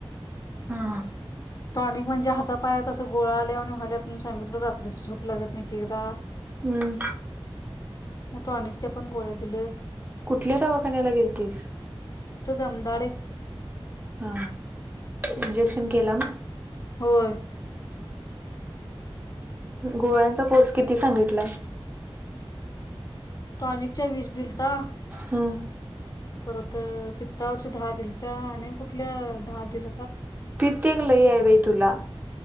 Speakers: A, on the right; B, on the left.
A: हा
B: टॉनिक म्हणजे हातापायात असं गोळा आल्या वानी व्यायल्यात म्हणून सांगितलं रात्रीच झोप लागत नाही की एकएकदा.
A: हम्म
B: म टॉनिकच्या पण गोळ्या दिल्या.
A: कुठल्या दवाखान्याला गेलतीस
B: इथ जमदाडे.
A: हा इंजेक्शन केला म
B: होय.
A: गोळ्यांचा कोर्स किती सांगितलाय.
B: टॉनिकच्या वीस दिलता.
A: हं
B: परत पित्तावरचे दहा दिलत्या आणि कुठल्या दहा दिल
A: पित्त एक लय हाय बघ तुला